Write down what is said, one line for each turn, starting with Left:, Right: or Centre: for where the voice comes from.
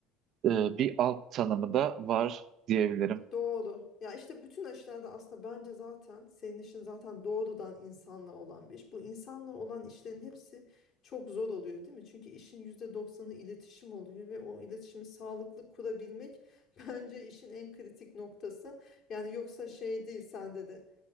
Right: e, bir alt tanımı da var diyebilirim.
Left: Doğru. Ya işte bütün aşılarda aslında bence zaten senin işin zaten doğrudan insanla olan bir iş. Bu insanla olan işlerin hepsi çok zor oluyor değil mi? Çünkü işin yüzde doksanı iletişim oluyor ve o iletişimi sağlıklı kurabilmek <laughs> bence işin en kritik noktası. Yani yoksa şey değil sende de